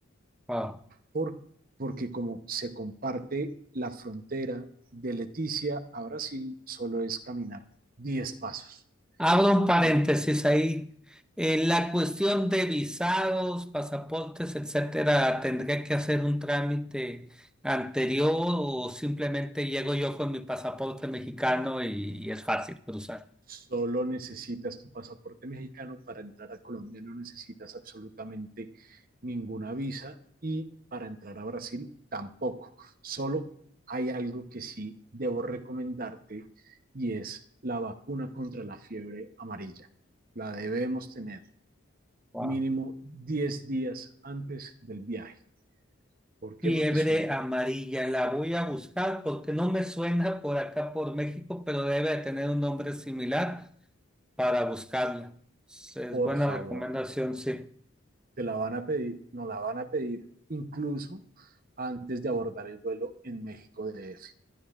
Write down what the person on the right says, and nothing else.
por, porque como se comparte la frontera de Leticia a Brasil, solo es caminar 10 pasos.
¿sí?
Solo necesitas tu pasaporte mexicano para entrar a Colombia, no necesitas absolutamente ninguna visa y para entrar a Brasil tampoco. Solo hay algo que sí debo recomendarte y es la vacuna contra la fiebre amarilla. La debemos tener
mínimo 10 días antes del viaje. ¿Por qué?
Porque son,
por
favor,
te la van a pedir, nos la van a pedir incluso antes de abordar el vuelo en México DF,